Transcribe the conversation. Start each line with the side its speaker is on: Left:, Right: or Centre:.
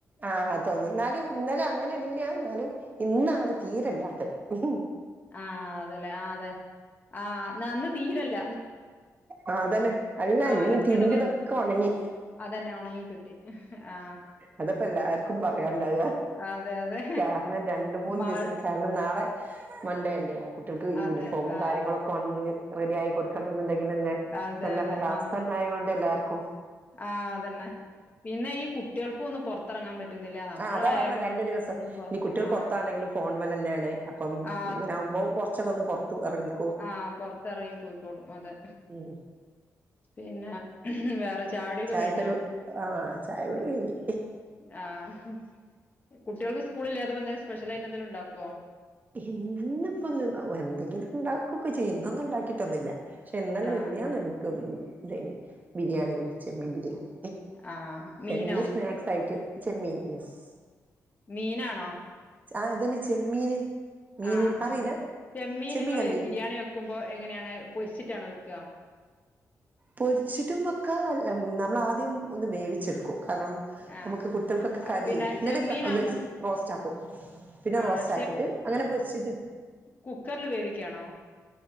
Right: ആഹ് തോന്ന് എന്നാലും ഇന്നലും അങ്ങനെല്ല ന്നാലും ഇന്നാണ് തീരല്ലാത്തത് ഉം
Left: ആഹ് അതല്ലേ ആ അതെ ആഹ് ഇന്ന് തീരെല്ല
Right: ആ തെന്നെ അല്ല ഇന്ന്
Left: അലക്കിയതൊക്കെ
Right: തിരിമ്പ്യെതൊക്കെ ഒണങ്ങി.
Left: അതന്നെ ഉണങ്ങി കിട്ടി ആ
Right: അതാപ്പെല്ലാർക്കും പറയാണ്ടാവ
Left: അതെ അതെ
Right: കാ എന്നാ രണ്ട് മൂന്ന്
Left: മഴ
Right: ദിവസം കാര്ണം നാളെ മൺണ്ടെ അല്ലെ കുട്ടീൾക്ക് യൂണിഫോമും
Left: അതെ ആ
Right: കാര്യങ്ങളും- ക്കൊൻണ്ടി റെഡ്യയി കൊട്ക്കണന്ന്ണ്ടെങ്കിലെന്നെ
Left: അതെ
Right: നല്ല
Left: അതെ
Right: കലാവസ്ഥനായോണ്ട്
Left: ആ
Right: എല്ലാര്ക്കും
Left: ആ തെന്നെ പിന്നെ ഈ കുട്ട്യെൾക്കൊന്ന് പൊർത്തെറങ്ങാൻ പറ്റുന്നില്ല നമ്മളായാലും
Right: ആ അതാ പറഞ്ഞ രണ്ടു ദിവസം
Left: ഒന്ന് പൊറ
Right: ഇനി കുട്ട്യേള്
Left: ആ
Right: പൊറ്ത്താണെങ്കിലും ഫോൺമ്മലന്നേണ് അപ്പം
Left: ആ
Right: ഇങ്ങനെ ആവുമ്പൊ കൊറ്ച്ചൊക്കെ ഒന്ന് പൊർത്ത് എറങ്ങി
Left: ആഹ് പൊർത്തെർങ്ങി പോയ്ക്കോളും അതെ
Right: ഉം
Left: പിന്നെ വേറെ കുടിയൊക്കെ
Right: ചായ
Left: കഴിഞ്ഞോ
Right: പരി ആഹ് ചായുടി കഴിഞ്ഞ്.
Left: ആഹ് കുട്ട്യൾക്ക് സ്കൂള് ല്ലാതെപ്പെ എന്തേലും സ്പെഷ്യലായിട്ട് എന്തേലുണ്ടാക്കോ?
Right: ഹിന്ന് ഇപ്പന്ന് എന്തെങ്കിലുണ്ടാകൊക്കെ ചെയ്യും ഇന്നൊന്നുണ്ടാക്കിട്ടൊന്നുല്ല. ക്ഷെ ഇന്നലല്ല
Left: ആഹ്
Right: മിൻഞ്ഞാന്ന് ഇൻക്ക് തെയ്നി ബിരിയാണ്യെനി ചെമ്മീൻ ബിരിയാണി.
Left: ആഹ് മീനോ
Right: എന്നും സ്നാക്സായിട്ട് ചെമ്മീൻ യെസ്
Left: മീനാണോ?
Right: ആഹ് അതെന്നെ ചെമ്മീന് മീന്
Left: ആഹ് ആഹ്
Right: അറിയില്ല
Left: ചെമ്മീന്
Right: ചെമ്മീൻ
Left: ങ്ങള്
Right: കണ്ടില്ലേ
Left: ബിരിയാണി വെക്കുമ്പോ എങ്ങനേണ് പൊരിച്ചിട്ടാണോ വെക്കാ?
Right: പൊരിച്ചിട്ടും വെക്കാ നമ്മളാദ്യം ഒന്ന് വേവിച്ചെടുക്കും കാരണം
Left: ആഹ്
Right: നമക്ക് കുട്ട്യാൾക്കൊക്കെ കടി
Left: പിന്നെ
Right: ന്നട്ട്
Left: ചെമ്മീനാവുമ്പോ
Right: ഒന്ന്
Left: കു
Right: റോസ്റ്റാക്കും. പിന്നെ
Left: ആഹ്
Right: റോസ്റ്റാക്കിട്ട് അങ്ങനെ പൊര്ച്ചിട്ട്
Left: കുക്കറില് വേവികാണോ?